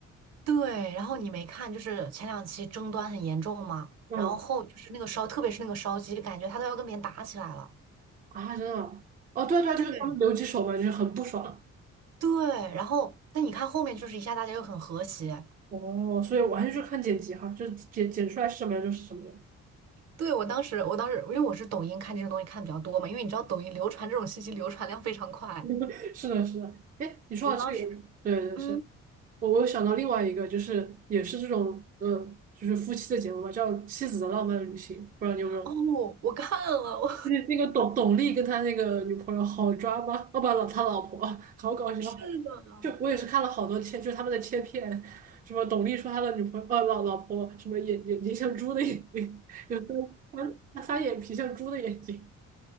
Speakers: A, on the right (about 55°); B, on the right (about 30°).
A: 对，然后你没看，就是前两期争端很严重嘛，
B: 嗯，
A: 然后后就是那个烧，特别是那个烧鸡，感觉他都要跟别人打起来了。
B: 啊，真的啊哦，对啊对啊，
A: 对
B: 就是他们留几手嘛，就是很不爽。
A: 对，然后但你看后面就是一下大家又很和谐。
B: 哦，所以完全就是看剪辑哈，就是剪剪出来是什么样就是什么样。
A: 对，我当时，我当时因为我是抖音看这种东西看的比较多嘛，因为你知道抖音流传这种信息流传量非常快。
B: <laughs> 是的，是的。哎，你说到这个，
A: 我当时，
B: 对对是，
A: 嗯，
B: 我我有想到另外一个，就是也是这种，嗯，就是夫妻的节目嘛，叫《妻子的浪漫旅行》，不知道你有没有？
A: 哦，我看了，我
B: <laughs> 那那个董董力跟他那个女朋友好抓吗？哦不，老他老婆好搞笑。
A: <laughs> 是的，
B: 就我也是看了好多切，就是他们的切片，什么董力说他的女朋友呃老老婆什么眼眼睛像猪的眼睛，<laughs> 有时候翻他翻眼皮像猪的眼睛。